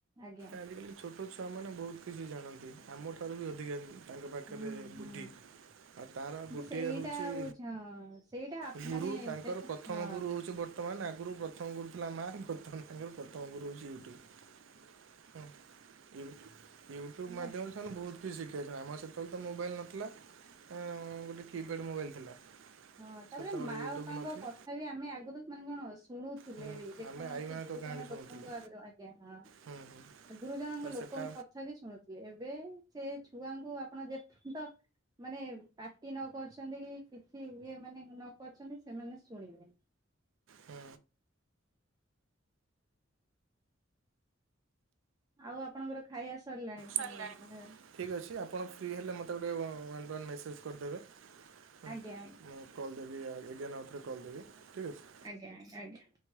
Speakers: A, on the right (about 20°); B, on the right (about 75°).
A: ଆଜ୍ଞା।
B: ଆଜିକାଲି ଛୋଟ ଛୁଆ ମାନେ ବହୁତ କିଛି ଜାଣନ୍ତି ଆମ ଠାରୁ ବି ଅଧିକା। ତାଙ୍କ ପାଖରେ
A: ହୁଁ ହୁଁ
B: ବୁଡି ଆଉ ତାର
A: କିନ୍ତୁ
B: ଗୋଟିଏ
A: ସେଇଟା
B: ହେଉଛି।
A: ହଉଛି ହଁ ସେଇଟା
B: ଗୁରୁ
A: ମାନେ
B: ତାଙ୍କର
A: ସେଟା
B: ପ୍ରଥମ
A: ହଁ
B: ଗୁରୁ ହେଉଛି ବ ବର୍ତ୍ତମାନ ଆଗରୁ ପ୍ରଥମ ଗୁରୁଥିଲା ମା ବର୍ତ୍ତମାନ ଆଗରୁ ପ୍ରଥମ ଗୁରୁ ହେଉଛି ୟୁଟ୍ୟୁବ୍। ହଁ ୟୁ ୟୁଟ୍ୟୁବ
A: ମାନେ
B: ମାଧ୍ୟମ ସେମାନେ ବହୁତ କିଛି ଶିଖିବା ଅଛନ୍ତି ଆମର ସେତେବେଳେ ତ ମୋବାଇଲ୍ ନଥିଲା ଅ ଗୋଟେ କିପ୍ୟାଡ଼୍ ମୋବାଇଲ୍ ଥିଲା।
A: ହଁ ତାପରେ
B: ସେତେବେଳେ
A: ମା
B: ୟୁଟ୍ୟୁବ୍
A: ବାପାଙ୍କ
B: ନଥିଲା
A: କଥା ବି ଆମେ ଆଗରୁ ମାନେ କଣ ଶୁଣୁଥିଲେ
B: ହୁଁ
A: ବି ଦେ
B: ଆମେ
A: କୌଣସି
B: ଆଇମାଙ୍କ
A: ଗୁରୁଜନ
B: କାହାଣୀ
A: ଲୋକଙ୍କ
B: ଶୁଣୁଥିଲେ
A: ଆଗରୁ ଆଜ୍ଞା ହଁ
B: ହୁଁ ହୁଁ
A: ଗୁରୁଜନଙ୍କ
B: ତ ସେଟା
A: ଲୋକଙ୍କ କଥା ବିି ଶୁଣୁଥିଲେ ଏବେ ସେ ଛୁଆଙ୍କୁ ଆପଣ ଯେତେ ତ ମାନେ ପାଟି ନ କରଛନ୍ତି କି କିଛି ଇଏ ମାନେ ନ କରିଛନ୍ତି ସେମାନେ ଶୁଣିବେନି।
B: ହଁ।
A: ଆଉ ଆପଣଙ୍କର ଖାଇବା ସରିଲାଣି
B: ସରିଲାଣି।
A: ଅ ମାନେ
B: ଠିକ୍ ଅଛି ଆପଣ ଫ୍ରି ହେଲେ ମୋତେ ଗୋଟେ ୱାନ୍ ୱାନ୍ ମେସେଜ୍ କରିଦେବେ। ହୁଁ
A: ଆଜ୍ଞା ଆଜ୍ଞା
B: ମୁଁ କଲ୍ ଦେବି ଏଗେନ ଆଉ ଥରେ କଲ୍ ଦେବି ଠିକ୍ ଅଛି।
A: ଆଜ୍ଞ ଆଜ୍ଞ ଆଜ୍ଞା।